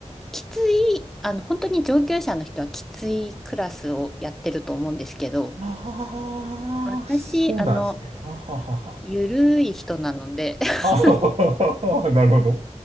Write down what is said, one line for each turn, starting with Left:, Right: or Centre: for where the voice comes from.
Centre: きつい、あの、本当に上級者の人はきついクラスをやってると思うんですけど、
Right: ああ、
Centre: 私、
Right: そうなんですね。
Centre: あの、
Right: はははは。
Centre: ゆるい人なので、<laughs>
Right: あはは <laughs> なるほど。